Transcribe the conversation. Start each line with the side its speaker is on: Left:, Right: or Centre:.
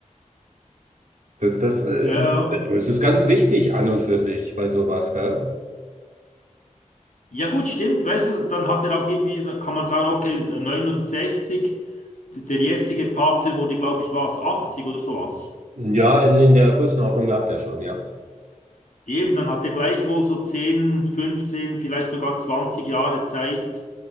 Right: Das, das, äh,
Left: Ja, ja.
Right: das ist ganz wichtig an und für sich bei sowas, gell?
Left: Ja gut, stimmt, weißt du, dann hat er auch irgendwie, da kann man sagen, okay, 69, der jetzige Papst, der wurde, glaube ich, was, 80 oder sowas.
Right: Ja, in, in der Größenordnung lag der schon, ja.
Left: Eben, dann hat er gleichwohl so 10, 15, vielleicht sogar 20 Jahre Zeit,